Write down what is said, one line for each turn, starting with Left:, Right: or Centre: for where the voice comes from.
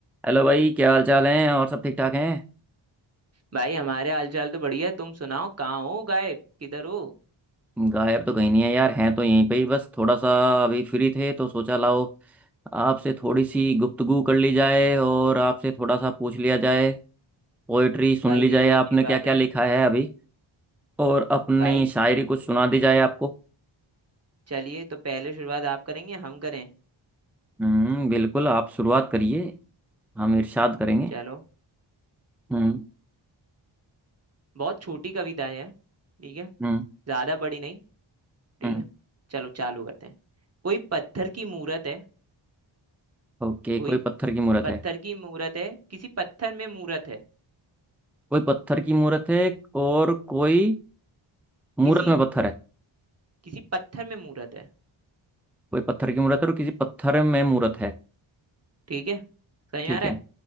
Centre: Hello भाई क्या हाल चाल है और सब ठीक ठाक हैं
Right: भाई हमारे हालचाल तो बढ़िया है तुम सुनाओ कहाँ हो गायब किधर हो
Centre: गायब तो कहीं नहीं है यार हैं तो यहीं पे ही बस थोड़ा सा अभी फ्री थे तो सोचा लाओ आपसे थोड़ी सी गुफ्तगू कर ली जाए और आपसे थोड़ा सा पूछ लिया जाए पोएट्री सुन
Right: भाई
Centre: ली
Right: ये
Centre: जाए
Right: तो
Centre: आपने
Right: अच्छी
Centre: क्या
Right: बात
Centre: क्या
Right: है
Centre: लिखा है अभी और अपनी
Right: भाई
Centre: शायरी कुछ सुना दी जाए आपको
Right: चलिए तो पहले शुरुआत आप करेंगे हम करें
Centre: हम्म बिल्कुल आप शुरुआत करिए हम इरशाद करेंगे
Right: चलो
Centre: हम्म
Right: बहुत छोटी कविता है ठीक है
Centre: हम्म
Right: ज्यादा बड़ी नहीं ठीक
Centre: हम्म
Right: है चलो चालू करते हैं कोई पत्थर की मूरत है
Centre: ओके
Right: कोई
Centre: कोई पत्थर की मूरत
Right: पत्थर
Centre: है
Right: की मूरत है किसी पत्थर में मूरत है
Centre: कोई पत्थर की मूरत है और कोई मूरत
Right: किसी
Centre: में पत्थर है
Right: किसी पत्थर में मूरत है
Centre: कोई पत्थर की मूर्त है और किसी पत्थर में मूर्त है
Right: ठीक है समझ में
Centre: ठीक
Right: आ रहा
Centre: है
Right: है